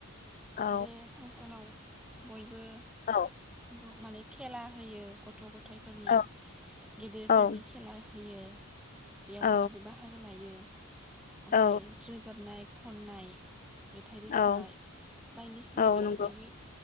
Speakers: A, on the left (about 35°); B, in the centre.
A: औ
B: बे फांसनाव बय बो
A: औ
B: ब माने खेला होयो गथ थ' गथाइ फोरनि
A: औ
B: गिदिरफोरनि
A: औ
B: खेला होयो बेयाव
A: औ
B: बयबो बाहागो लायो ओमफाय
A: औ
B: रोजाबनाय खननाय मेथाइ रोजाबनाय
A: औ
B: बायदिसिनाया
A: औ
B: बेफोरबायदि
A: नंगौ